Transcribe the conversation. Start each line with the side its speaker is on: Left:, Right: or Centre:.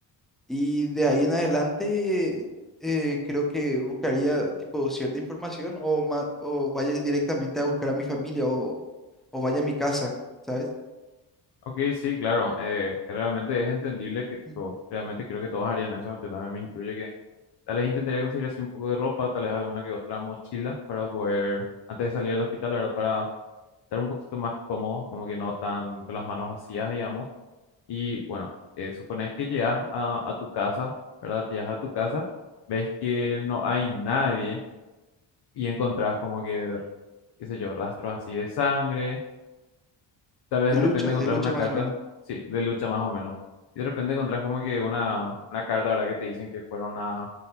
Centre: Y de ahí en adelante eh, creo que buscaría tipo cierta información o, ma- o vaya directamente a buscar a mi familia o, o vaya a mi casa, ¿sabes?
Left: Ok, sí, claro, eh, realmente es entendible que tipo,
Centre: Mm,
Left: realmente creo que todos harían eso, yo también me incluyo que tal vez intentaría conseguir así un poco de ropa, tal vez alguna que otra mochila para poder, antes de salir del hospital, la verdad, para estar un poquito más cómodo, como que no tan con las manos vacías, digamos. Y bueno, eh, supones que llegas a, a tu casa, ¿verdad? Llegas a tu casa, ves que no hay nadie y encontrás como que, qué sé yo, rastros así de sangre. Tal vez
Centre: De
Left: de
Centre: lucha,
Left: repente encontrás
Centre: de lucha
Left: una carta,
Centre: más o menos.
Left: sí, de lucha más o menos. Y de repente encontrás como que una, una carta, ¿verdad? Que te dicen que fueron a,